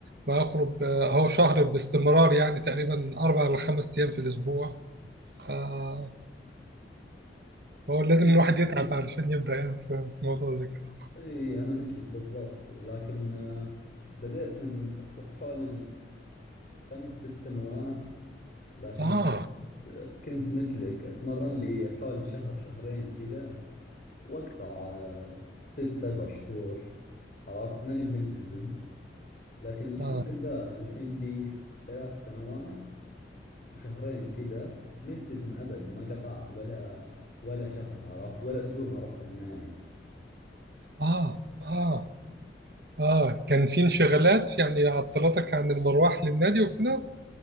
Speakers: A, on the right; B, on the left.
A: ما اخرج آه، اهو شهر باستمرار يعني تقريبا اربع ل خمس ايام في الاسبوع فهو لازم
B: إي
A: الواحد يتعب علشان يبدأ يعني في موضوع زي كده
B: إي، أنا مثلك بالضبط لكن آه بديت من تقر- حول الخمس ست سنوات لكن
A: اه
B: كنت مثلك أتمرن لي حول شهر شهرين كذا وأقطع آه، ست سبع شهور عرفت ماني ملتزم لكن الحمد
A: اه
B: لله الحين لي ثلاث سنوات وشهرين كذا ملتزم أبد ما قطعت ولا ولا شهر عرفت ولا أسبوع ما رحت النادي
A: اه اه اه كان في انشغالات يعني عطلتك عن المروح للنادي وكده